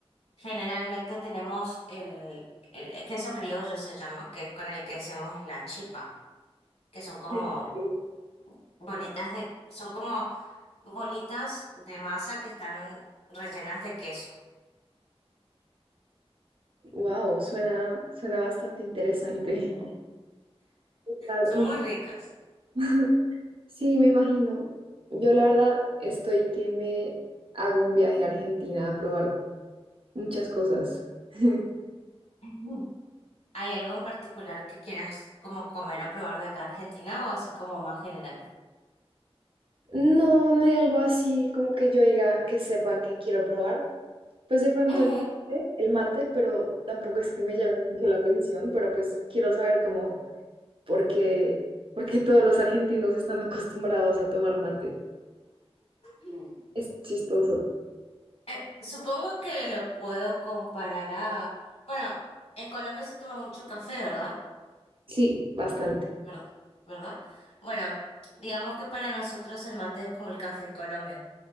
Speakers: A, on the left; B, on the right.
A: generalmente tenemos el, el queso criollo se llama, que es con el que hacemos la chipa, que son como
B: Sí, ok.
A: bolitas de, son como bolitas de masa que están rellenas de queso.
B: Wow, suena, suena bastante interesante. La-
A: Son
B: nunca-
A: muy ricas.
B: <laughs> Sí, me imagino. Yo la verdad estoy que me hago un viaje a Argentina a probar muchas cosas. <laughs>
A: Ujú. ¿Hay algo en particular que quieras como comer o probar de acá de Argentina o así como más general?
B: No, no hay algo así como que yo diga que sepa que quiero probar. Pues de pronto
A: Ujú.
B: el mate, el mate, pero tampoco es que me llame mucho la atención, pero pues quiero saber cómo, por qué, por qué todos los argentinos están acostumbrados a tomar mate.
A: Mm.
B: Es chistoso.
A: Eh, supongo que lo puedo comparar a... Bueno, en Colombia se toma mucho café, ¿verdad?
B: Sí, bastante.
A: ¿Ver- ¿Verdad? Bueno, digamos que para nosotros el mate es como el café en Colombia.